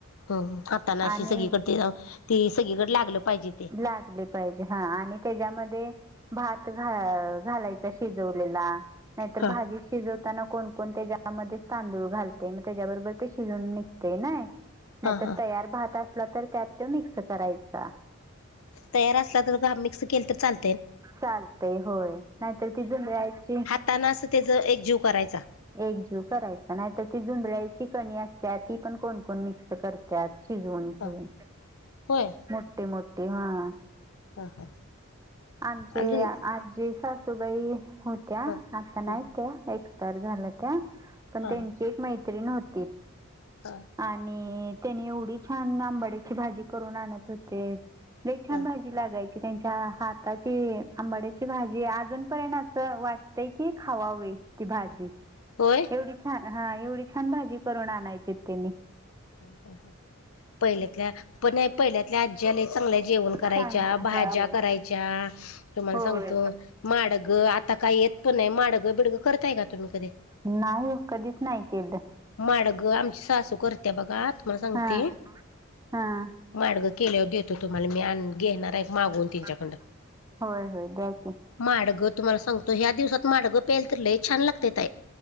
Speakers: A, on the left; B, on the right.
A: हम्म खाताना अशी
B: आणि
A: सगळीकड तीय, ती सगळीकड लागलं पाहिजे. ते
B: लागल पाहिजे हा आणि त्याच्यामध्ये भात घा- घालायचा शिजवलेला, नाहीतर
A: हा
B: भाजी शिजवताना कोणकोण त्याज्यामध्ये तांदूळ घालतंय म त्याच्याबरोबर ते शिजून निघतय नई. नाहीतर
A: हा हा
B: तयार भात असला तर त्यात त्यो मिक्स करायचा.
A: तयार असला तर का मिक्स केलं तर चाल
B: चालतंय होय नाहीतर ती जुंधल्याची
A: तान अस त्याज एक जीव करायचा.
B: एकजीव करायच नाही तर ती जुधळ्याची कणी असत्या ती पण कोणकोण मिक्स कर त्यात शिजवून घेऊन,
A: हा होय
B: मोठे मोठे हां
A: हा हा
B: आमचे
A: अजून
B: आजी सासूबाई होत्या
A: हा हम्म
B: आता नाही त्या एक्सपायर झाल्या त्या पण
A: हा
B: त्यांची एक मैत्रीण होती.
A: हा.
B: आणि त्यानी एवढी छान आंबड्याची भाजी करून आणत होते त, लई छान
A: हा
B: भाजी ती लागायची त्यांच्या हाताची आंबाड्याची भाजी अजून पर्यंत असं वाट तय की खावावे ती भाजी.
A: होय.
B: एवढी छान हा एवढी छान भाजी करून आणायचीत तेनी.
A: हा हा हा पहिले त्या पणये पहिल्यातल्या आज्या लई चांगलं जेवण करायच्या
B: चांगली
A: भाज्या
B: होय
A: करायच्या. तुम्हाला
B: होय
A: सांगतो, माडगं आता काही येत पण नाही माडगं बिडगं करताय का तुम्ही कधी?
B: नाही ओ कधीच नाही केलं.
A: माडगं आमची सासू करत्या बघा तुम्हाला सांगते
B: हा हा
A: माडगं केल्यावर देतो तुम्हाला मी आणून घेणार आहेत मागून. त्यांच्याकडं
B: <unintelligible> होय होय द्या की.
A: माडगं तुम्हाला सांगतो ह्या दिवसात माडगं प्यायला तर लई छान लागतय ताई.